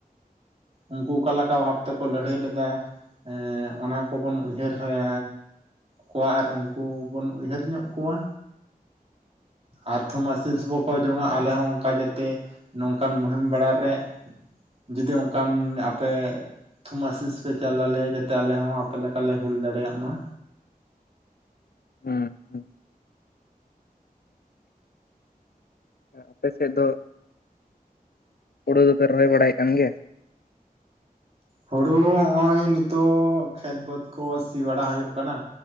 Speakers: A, on the right (about 40°); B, on the left (about 80°).
A: ᱩᱱᱠᱩ ᱚᱠᱟ ᱞᱮᱠᱟ ᱵᱷᱟᱵᱽ ᱛᱮᱠᱚ ᱞᱟᱹᱲᱦᱟᱹᱭ ᱞᱮᱫᱟ? ᱦᱮᱸ, ᱚᱱᱟ ᱠᱚᱵᱚᱱ ᱩᱭᱦᱟᱹᱨ ᱦᱟᱨᱻ ᱠᱚᱣᱟ ᱟᱨ ᱩᱱᱠᱩ ᱵᱚᱱ ᱩᱭᱦᱟᱹᱨ ᱧᱚᱜ ᱠᱚᱣᱟ᱾ ᱟᱨ ᱛᱷᱩᱢᱟᱥᱤᱥ ᱵᱚ ᱠᱚᱭ ᱡᱚᱝᱼᱟ, ᱟᱞᱮ ᱦᱚᱸ ᱚᱱᱠᱟ ᱡᱛ ᱛᱮ ᱱᱚᱝᱠᱟᱱ ᱢᱩᱦᱤᱢ ᱵᱮᱲᱟ ᱨᱮ ᱡᱩᱫᱤᱝᱼᱼ ᱠᱟᱱ ᱟᱯᱮ ᱛᱷᱩᱢ-ᱟᱥᱤᱥ ᱯᱮ ᱪᱟᱞ ᱟᱞᱮᱭᱟ, ᱡᱟᱛᱮ ᱟᱞᱮ ᱦᱚᱸ ᱟᱯᱮ ᱞᱮᱠᱟᱞᱮ ᱦᱩᱞ ᱫᱟᱲᱮᱭᱟᱜ ᱢᱟ᱾
B: ᱦᱩᱸ᱾ ᱟᱯᱮ ᱥᱮᱫ ᱫᱚ, ᱦᱩᱲᱩ ᱫᱚ ᱯᱮ ᱨᱚᱦᱚᱭ ᱵᱟᱲᱟᱭᱮᱫ ᱠᱟᱱ ᱜᱮᱭᱟ?
A: ᱦᱩᱲᱩ ᱦᱚᱜᱼᱚᱭ ᱱᱤᱛᱳᱜ ᱠᱷᱮᱛ ᱵᱟᱹᱫᱽ ᱠᱚ ᱥᱤ ᱵᱟᱲᱟ ᱦᱩᱭᱩᱜ ᱠᱟᱱᱟ᱾